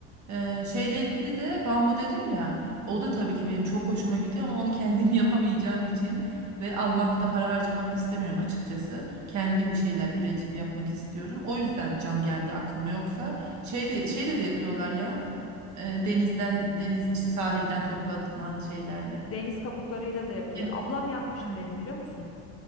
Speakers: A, on the right; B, on the left.
A: Ee, şeyle ilgili de bambu dedin ya. O da tabii ki benim çok hoşuma gidiyor ama onu kendim <laughs> yapamayacağım için ve almak da para harcamak da istemiyorum açıkçası. Kendim bir şeyler üretip yapmak istiyorum. O yüzden cam geldi aklıma yoksa şeyde şeyle de yapıyorlar ya. Ee, denizden deniz işte sahilden toplanan şeylerle.
B: Deniz kabuklarıyla da yapılıyor.
A: Seni
B: Ablam
A: kabul-
B: yapmıştı
A: Evet.
B: benim biliyor musun?